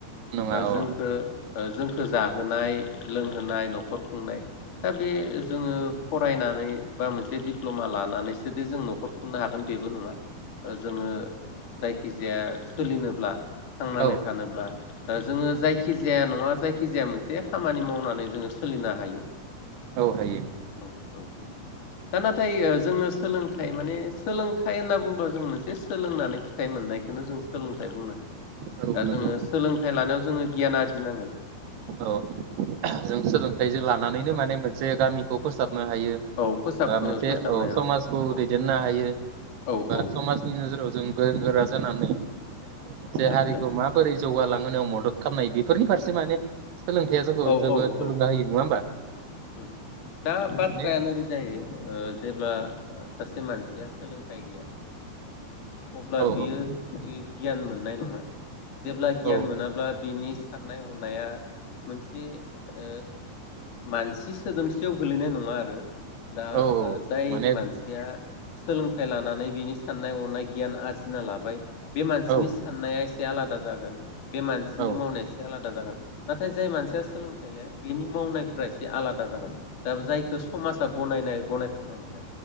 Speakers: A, on the right; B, on the left.
A: नङा अ।
B: जोंखो ओ ओ जोंखो जाहोनाय लोंहोनाय न'खर खुंनाय दा बे जोङो फरायनानै बा मोनसे दिप्ल'मा लानानैसोदि जों न'खर खुंनो हागोन बेबो नङा ओ जोङो जायखि जाया सोलिनोब्ला थांनानै
A: औ
B: थानोब्ला ओ जोङो जायखि खि जाया नङा जायखिजाया मोनसे खामानि मावनानै जोङो सोलिनो हायो।
A: औ हायो।
B: औ औ दा नाथाय ओ जोंनो सोलोंथाइ माने सोलोंथाइ होनना बुंबा जों मोनसे सोलोंनानै फिथाइ मोननायखोनो जों सोलोंथाइ बुंनो हायो। दा
A: औ नंगौ
B: जोङो सोलोंथाइ लानायाव जोङो गियान आरजिनांगोन
A: औ जों सोलोंथाइजों लानानैनो
B: औ
A: माने मोनसे गामिखौ फोसाब नो हायो
B: औ फोसाब
A: बा मोनसे
B: फोसाबनाय
A: अ समाजखौ
B: औ औ
A: दैदेनो हायो
B: औ
A: बा
B: औ
A: समाजनि नोजोराव जों गोरों गोरा जानानै मोनसे
B: आदसा
A: हारिखौ माबोरै जौगालां मावनायाव मदद खामनाय बेफोरनि फारसे माने सोलोंथाइया जोंखौ
B: औ औ
A: जोबोद
B: औ
A: थुलुंगा
B: ओ ओ
A: होयो नङा होमबा
B: उम दा बाथ्राया
A: माने
B: नोरै जाहैयो ओ जेब्ला ओ सासे से मानसिया सोलोंथाइ गैया अब्ला
A: औ
B: बियो यै गियान मोननाय नङा। जेब्ला गियान
A: औ
B: मोनाब्ला बिनि साननाय हनाया मोनसे ओ मानसि सोदोमस्रि खासेयाव गोलैनाय नङा आरो दा
A: औ
B: जाय
A: माने
B: मानसिया सोलोंथाइ लानानै बिनि साननाय हनाय गियान आरजिना लाबाय बे मानसिनि
A: औ
B: साननाया एसे से आलादा जागोन बे मानसिनि
A: औ
B: मावनाया एसे आलादा जागोन थाय जाय मानसिया सोलोंथाइ लाया बिनि मावनायफोरा एसे आलादा जागोन दाबो जायखौ समाजा गनायनाय गनायथावना नङा